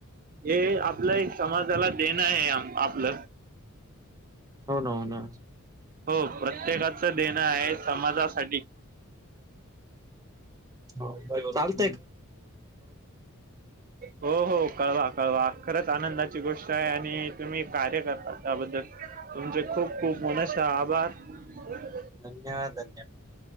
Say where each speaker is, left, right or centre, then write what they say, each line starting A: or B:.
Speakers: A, on the right; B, on the right.
A: हे आपलं एक समाजाला देणं आहे आपलं.
B: हो ना हो ना
A: हो प्रत्येकाच देणं आहे समाजासाठी
B: हो चालत.
A: हो हो कळवा कळवा. खरंच आनंदाची गोष्ट आहे आणि तुम्ही कार्य करता त्याबद्दल तुमचे खूप खूप मनसे आभार. <unintelligible>
B: धन्यवादन.